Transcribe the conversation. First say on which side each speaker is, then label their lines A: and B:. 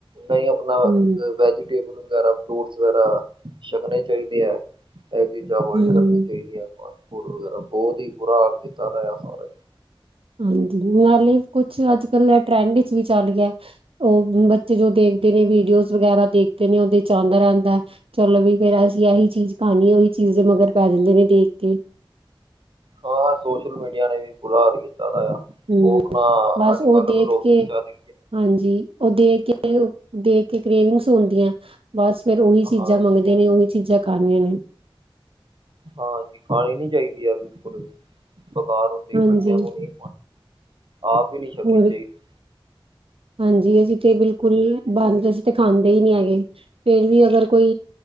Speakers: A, on the right; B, on the right.
A: ਨਹੀਂ, ਆਪਣਾ
B: ਹਮ
A: ਵੈਜੀਟੇਬਲ ਵਗੈਰਾ, ਫਰੂਟਸ ਵਗੈਰਾ, ਛਕਣੇ ਚਾਹੀਦੇ ਆ। ਇਹ ਚੀਜ਼ਾਂ, ਅਵੋਇਡ
B: ਹਮ
A: ਕਰਨੀਆਂ
B: ਹਮ
A: ਚਾਹੀਦੀਆਂ ਆਪ ਨੂੰ, ਫੂਡ ਵਗੈਰਾ ਬਹੁਤ ਹੀ ਬੁਰਾ ਹਾਲ ਕੀਤਾ, ਰਿ ਸਾਰੇ
B: ਹਾਂਜੀ, ਨਾਲੇ ਕੁਛ ਅੱਜ ਕੱਲ ਟਰੈਂਡ ਵਿੱਚ ਵੀ ਚੱਲ ਗਿਆ। ਉਹ ਬੱਚੇ ਜੋ ਦੇਖਦੇ ਨੇ ਵੀਡੀਓਜ਼ ਵਗੈਰਾ, ਦੇਖਦੇ ਨੇ ਉਹਦੇ ਚ ਆਉਂਦਾ ਰਹਿੰਦਾ, ਹੈ ਚਲੋ ਵੀ, ਫੇਰ ਅਸੀਂ ਇਹੀ ਚੀਜ਼ ਖਾਣੀ, ਉਹੀ ਚੀਜ਼ ਦੇ ਮਗਰ ਪੈ ਜਾਂਦੇ ਨੇ ਦੇਖ ਕੇ
A: ਹਾਂ, ਸੋਸ਼ਲ ਮੀਡੀਆ ਨੇ ਵੀ ਬੁਰਾ ਹਰ ਕੀਤਾ ਦਾ, ਆ
B: ਹੂੰ।
A: ਉਹ ਆਪਣਾ,
B: ਬਸ
A: ਅੱਜ
B: ਉਹ
A: ਕੱਲ੍ਹ
B: ਦੇਖ
A: ਅਵ ਲੋਕ
B: ਕੇ
A: ਜਯਦੀ
B: ਹਾਂਜੀ, ਉਹ ਦੇ ਕੇ ਦੇ ਕੇ ਕਰੇਵਿੰਗ ਸੁੰਦੀਆਂ ਬਸ ਫੇਰ, ਉਹੀ ਚੀਜ਼ਾਂ
A: ਹਾਂ
B: ਮੰਗਦੇ ਨੇ, ਉਹੀ ਚੀਜ਼ ਖਾਂਦੇ ਨੇ
A: ਹਾਂਜੀ, ਖਾਣੀ ਨਈ ਚਾਹੀਦੀ ਅ ਬਿਲਕੁਲ, ਬੇਕਾਰ ਹੁੰਦੀ,
B: ਹਾਂਜੀ
A: ਬੱਚਿਆਂ ਨੂੰ ਨਹੀਂ ਆਪ ਈ ਨਹੀਂ, ਛਕਣੀ
B: ਹੋਰ
A: ਚਾਹੀਦੀ।
B: ਹਾਂਜੀ, ਅਸੀਂ ਤੇ ਬਿਲਕੁਲ ਏ ਚੀਜ਼ ਅਸੀਂ ਤੇ ਖਾਂਦੇ, ਹੀ ਨਹੀਂ ਹੈਗੇ। ਫੇਰ ਵੀ ਅਗਰ ਕੋਈ